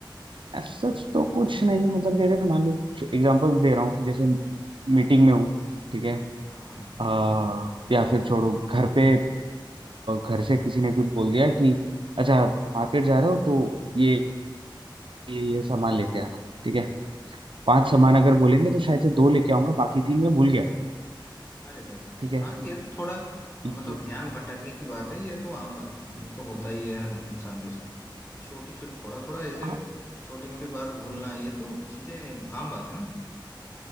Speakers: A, on the right; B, on the left.
A: ऐसा सच तो कुछ नहीं मतलब जैसे मान लो एग्जांपल दे रहा हूँ कि जैसे मीटिंग में हूँ ठीक है
B: हाँ हाँ
A: आ, या फिर छोड़ो घर पे आ, घर से किसी ने कुछ बोल दिया कि अच्छा मार्केट जा रहे हो तो ये ये, ये सामान लेते आना ठीक है पांच सामान अगर बोलेंगे तो शायद से दो लेके आऊंगा बाकी तीन मैं भूल गया
B: अरे भाई
A: ठीक है
B: हाँ ये तो थोड़ा अ,
A: ये
B: मतलब ध्यान भटकने की बात है ये तो आम बात है ये तो होता ही है हर इंसान के साथ छोटी छोटी थोड़ा थोड़ा ऐसे
A: हाँ,
B: छोटी मोटी बात भूलना ये तो चीजें आम बात है ना